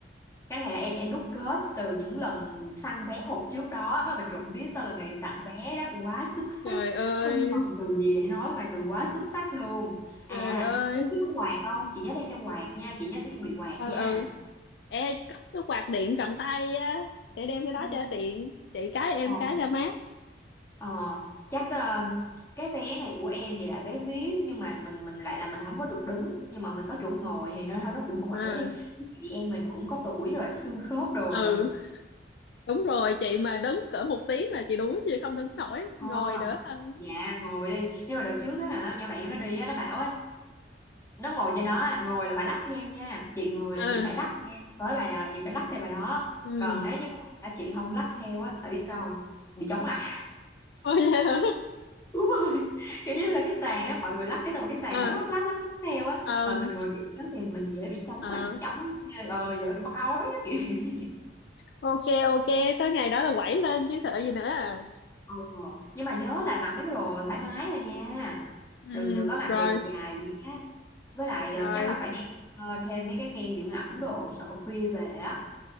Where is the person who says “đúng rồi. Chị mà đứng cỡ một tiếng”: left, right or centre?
Left